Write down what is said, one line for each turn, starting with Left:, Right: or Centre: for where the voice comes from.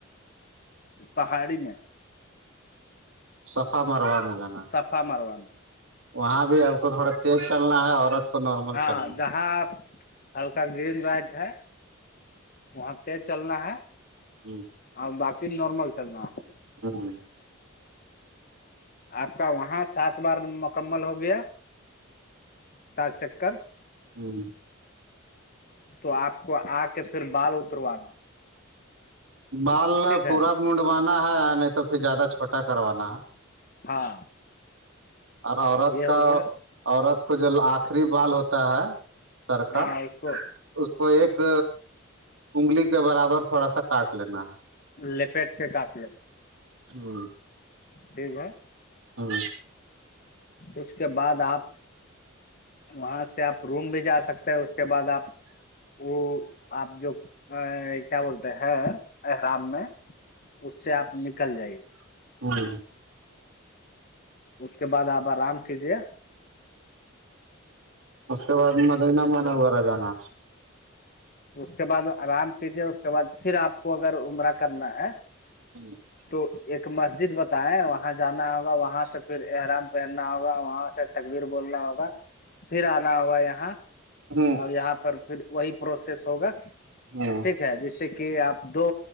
Left: پہاڑی میں
Right: صفہ مرو میں جانا
Left: س ماروان
Right: وہاں بھی ہم کو تھوڑا تیز چلنا ہے عورت کو نارمل
Left: ہاں
Right: چلنا ہے
Left: جہاں ہلکا گرین وائٹ ہے وہاں تیز چلنا ہے
Right: ہ
Left: اور باقی نارمل چلنا ہے
Right: ہاں
Left: آپ کا وہاں سات بار مکمل ہو گیا سات چکر
Right: ہوں
Left: تو آپ کو آ کے پھر بال اتروانا
Right: بال
Left: ٹھیک
Right: پورا
Left: ہے
Right: مونڈوانا ہے نہیں تو پھر زیادہ چھوٹا کروانا ہے
Left: ہاں
Right: اور عورت
Left: یہ ہو
Right: کا
Left: گیا
Right: عورت کو جو آخری بال ہوتا ہے سر
Left: ہاں
Right: کا
Left: اس کو
Right: اس کو ایک انگلی کے برابر تھوڑا سا کاٹ لینا ہے
Left: لپیٹ کے کاف
Right: ہاں
Left: جی با
Right: جی
Left: اس کے بعد آپ وہاں سے آپ روم بھی جا سکتے ہیں اس کے بعد آپ وہ آپ جو کیا بولتے ہے احرام میں اس سے آپ نکل جائیے
Right: ہوں
Left: اس کے بعد آپ آرام کیجیے
Right: اس کے بعد مدینہ من وغیرہ جانا
Left: اس کے بعد آرام کیجے اس کے بعد پھر آپ کو اگر عمرہ کرنا ہے
Right: ہوں
Left: تو ایک مسجد ہوتا ہے وہاں جانا ہوگا وہاں سے پھر احرام پہننا ہوگا وہاں سے تکبیر بولنا ہوگا پھر آنا ہوگا یہاں
Right: ہوں
Left: اور یہاں پر پھر وہی پروسیس ہوگا
Right: ہوں
Left: ٹھیک ہے جیسے کہ آپ دو